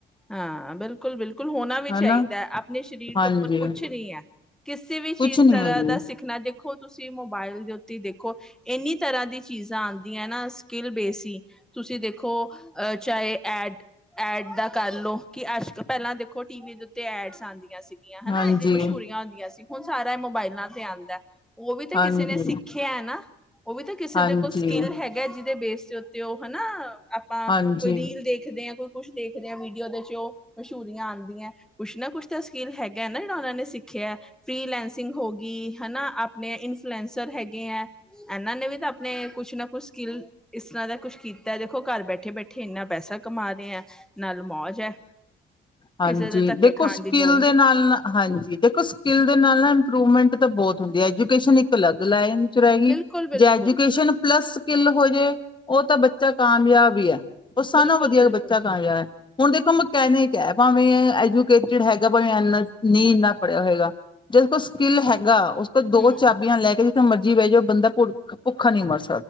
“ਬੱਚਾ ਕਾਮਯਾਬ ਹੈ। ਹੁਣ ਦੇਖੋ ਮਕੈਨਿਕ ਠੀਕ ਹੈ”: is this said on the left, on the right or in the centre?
Left